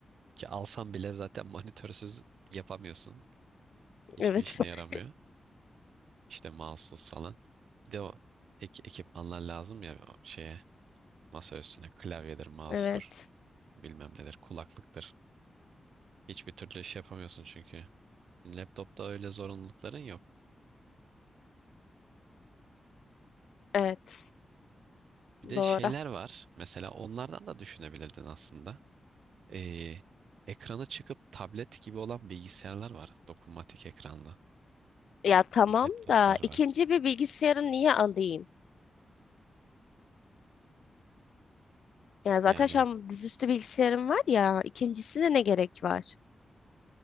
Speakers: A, on the right; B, on the left.
A: ki alsan bile zaten monitörsüz yapamıyorsun. Hiçbir
B: Evet.
A: işine yaramıyor.
B: <laughs>
A: İşte mouse'suz falan. Bir de o ek- ekipmanlar lazım ya o şeye masa üstüne klavyedir, mouse'tur,
B: Evet.
A: bilmem nedir, kulaklıktır. Hiçbir türlü iş yapamıyorsun çünkü. Laptopta öyle zorunlulukların yok.
B: Evet.
A: Bir de
B: Doğru.
A: şeyler var. Mesela onlardan da düşünebilirdin aslında. Ee, ekranı çıkıp tablet gibi olan bilgisayarlar var. Dokunmatik ekranlı.
B: Ya tamam
A: Laptoplar
B: da
A: var.
B: ikinci bir bilgisayarı niye alayım? Ya zaten
A: Yani
B: şu an dizüstü bilgisayarım var ya ikincisine ne gerek var?